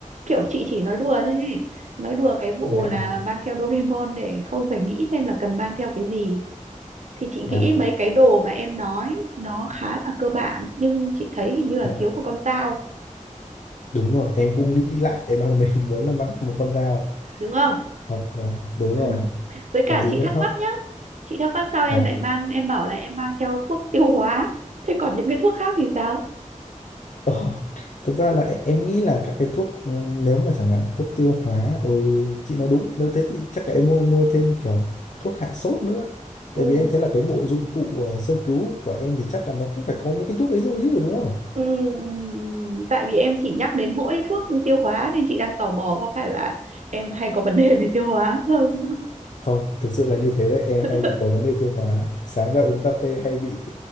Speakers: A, on the right; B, on the left.
A: kiểu chị chỉ nói đùa thôi ấy. nói đùa cái vụ
B: dạ,
A: là mang theo Doraemon để không phải nghĩ xem là cần mang theo cái gì thì chị
B: dạ,
A: nghĩ mấy cái đồ mà em nói nó khá là cơ bản nhưng chị thấy hình như là
B: dạ.
A: thiếu một con dao
B: Đúng rồi, em cũng nghĩ lại, em đang <laughs> định muốn là mang thêm một con dao.
A: đúng không
B: Hoặc là, đúng
A: ừ.
B: rồi,
A: với
B: còn
A: cả
B: gì
A: chị
B: nữa
A: thắc
B: không?
A: mắc nhá chị thắc mắc sao em
B: Dạ.
A: lại mang em bảo là em mang theo thuốc tiêu hóa thế còn những cái thuốc khác thì sao
B: Ờ, thực ra là e, em nghĩ là các cái thuốc ừ, nếu mà chẳng hạn thuốc tiêu hóa ừ, chị nói đúng nếu thế thì chắc là em mua mua thêm kiểu thuốc hạ sốt nữa
A: ừ
B: tại vì em thấy là cái bộ dụng cụ ờ, sơ cứu của em thì chắc là nó cũng phải có mấy cái thuốc đấy rồi chứ đúng không
A: Ừ, ừ, ừ. tại vì em chỉ nhắc đến mỗi thuốc tiêu hóa nên chị đang tò mò có phải là em hay có vấn đề về tiêu hóa không?
B: không thực sự là như thế đấy em
A: <laughs>
B: hay bị có vấn đề tiêu hóa sáng ra uống cà phê hay bị